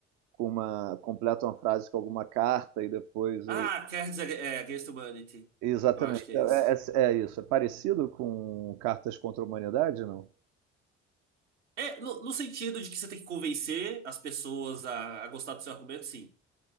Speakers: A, on the right; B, on the right.
A: com uma, completam a frase com alguma carta e depois
B: Ah,
A: o.
B: Cards Ag- é, Against Humanity.
A: Exatamente,
B: Eu acho que é
A: é,
B: esse.
A: é- é é isso. É parecido com Cartas contra a Humanidade, não?
B: É, no, no sentido de que você tem que convencer as pessoas a, a gostar do seu argumento, sim.